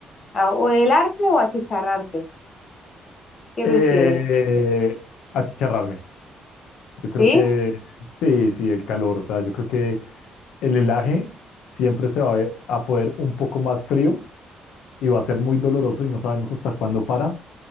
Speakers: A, on the left (about 45°); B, on the left (about 85°).
A: A- ¿O helarte o achicharrarte? ¿Qué
B: Eh,
A: prefieres?
B: achicharrarme. Yo
A: ¿Sí?
B: creo que sí, sí, el calor. O sea, yo creo que el helaje siempre se va a, ver- a poder un poco más frío y va a ser muy doloroso y no sabemos hasta cuándo para.